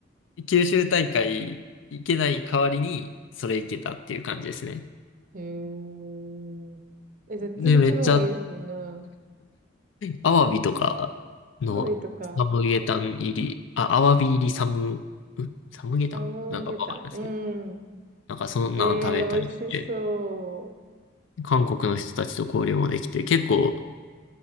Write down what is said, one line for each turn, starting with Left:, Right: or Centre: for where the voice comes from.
Left: 九州大会行けない代わりに、それ行けたっていう感じですね。
Right: へえ。え、絶対そっちの方がいいですよ
Left: で、めっちゃ、
Right: ね。
Left: アワビとかの、
Right: ハーイとか、
Left: サムゲタン入り、あ、アワビ入りサム、んサムゲタンなんかわかんないですけど、
Right: サムゲタン。うん。
Left: なんかそんなん食べたりして、
Right: ええー、美味しそ
Left: 韓国の人たちと交流もできて、結構、